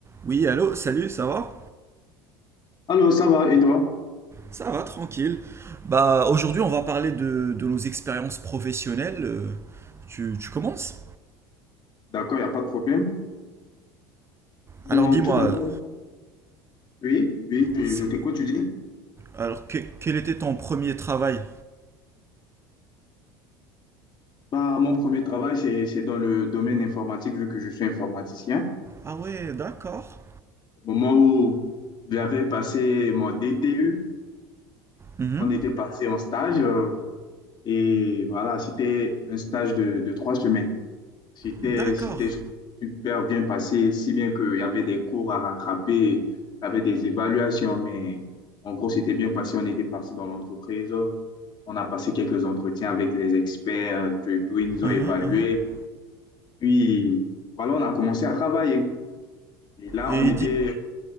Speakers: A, on the right (about 20°); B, on the left (about 40°).
A: Oui, allô, salut, ça va?
B: Alors, ça va, et toi?
A: Ça va, tranquille. Bah, aujourd'hui, on va parler de, de nos expériences professionnelles. Euh, Tu, tu commences?
B: D'accord, il n'y a pas de problème. Bon,
A: Alors, dis-moi,
B: tout d'abord, oui, oui, je,
A: c'est-
B: je t'écoute, tu dis.
A: alors que- quel était ton premier travail?
B: Bah, mon premier travail, c'est, c'est dans le domaine informatique, vu que je suis informaticien.
A: Ah ouais, d'accord.
B: Au moment où j'avais passé mon DTU,
A: Mhm.
B: on était parti en stage, euh, et voilà, c'était un stage de, de trois semaines. C'était,
A: D'accord.
B: c'était super bien passé, si bien qu'il y avait des cours à rattraper, il y avait des évaluations, mais en gros, c'était bien passé. On était parti dans l'entreprise, on a passé quelques entretiens avec les experts, tout, et tout, ils nous
A: Mhm,
B: ont évalués.
A: mhm.
B: Puis, voilà, on a commencé à travailler. Et là,
A: Et
B: on était,
A: dis,